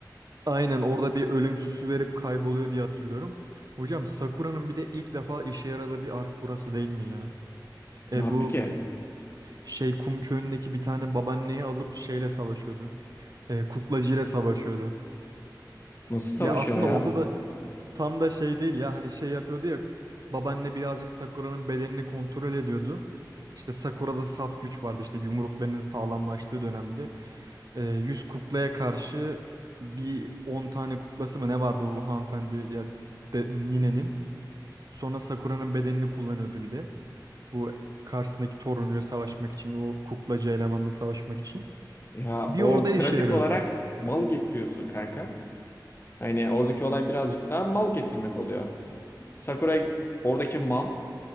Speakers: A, on the right (about 55°); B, on the left (about 30°).
A: Aynen orada bir ölüm verip kayboluyor diye hatırlıyorum. Hocam Sakura'nın bir de ilk defa işe yaradığı bir ark burası değil mi ya?
B: Ne
A: E
B: yaptı
A: bu
B: ki?
A: şey kum köyündeki bir tane babaanneyi alıp şeyle savaşıyordu. E, kuklacıyla savaşıyordu.
B: Nasıl savaşıyor
A: Ya aslında
B: ya?
A: orada da tam da şey değil ya hani şey yapıyordu ya babaanne birazcık Sakura'nın bedenini kontrol ediyordu. İşte Sakura'da saf güç vardı işte yumruklarının sağlamlaştığı dönemde. e, 100 kuklaya karşı bir 10 tane kuklası mı ne vardı bu hanımefendi ya de, ninenin. Sonra Sakura'nın bedenini kullanıyordu bir de. Bu karşısındaki torunuyla savaşmak için o kuklacı elemanla savaşmak için.
B: Ya
A: Bir
B: o
A: orada işe
B: pratik
A: yarıyordu.
B: olarak mal getiriyorsun kanka. Hani oradaki olay birazcık daha mal getirmek oluyor. Sakura oradaki mal.